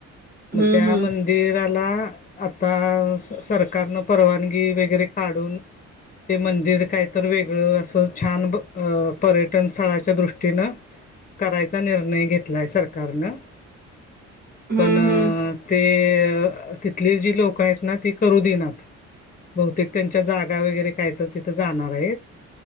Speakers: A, on the left (about 25°); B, on the right (about 30°).
A: म
B: हं,
A: त्या
B: हं.
A: मंदिराला आता सरकारन परवानगी वगैरे काढून ते मंदिर काय तर वेगळं असं छान प अ पर्यटन स्थळाच्या दृष्टीनं करायचा निर्णय घेतलाय सरकारनं
B: हं,
A: पण
B: हं.
A: ते तिथली जी लोकं आहेत ना ती करू देईनात. बहुतेक त्यांच्या जागा वगैरे काय त तिथ जाणार आहेत